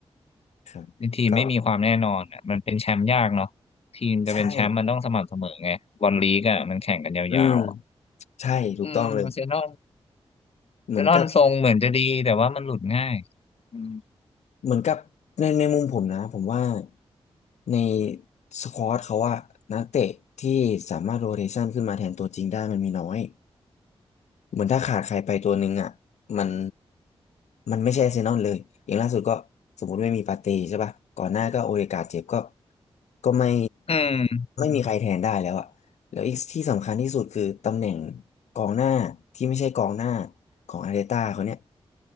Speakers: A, on the left; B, on the left.
A: ครับก็
B: ทีมไม่มีความแน่นอนอ่ะมันเป็นแชมป์ยากเนาะทีมจะเป็นแชมป์มันต้องสม่ำเสมอไงบอลลีกอ่ะมันแข่งกันยาวๆอะ
A: ใช่อืมใช่ถูกต้องเลย
B: อืมอาร์เซนอลอาร์เซนอลทรงเหมือนจะดีแต่ว่ามันหลุดง่าย
A: เหมือนกับ
B: อืม
A: เหมือนกับในในมุมผมนะผมว่าในสควอตเขาว่านักเตะที่สามารถโรเ t ชันขึ้นมาแทนตัวจริงได้มันมีน้อยเหมือนถ้าขาดใครไปตัวหนึ่งอ่ะมันมันไม่ใช่อาร์เซนอลเลยอย่างล่าสุดก็สมมติไม่มีปาเต้ใช่ป่ะก่อนหน้าก็โอเดการ์ดเจ็บก็ก็ไม่
B: อืม
A: ไม่มีใครแทนได้แล้วอ่ะแล้วอีกที่สำคัญที่สุดคือตำแหน่งกองหน้าที่ไม่ใช่กองหน้าของอาร์เตต้าเขาเนี่ย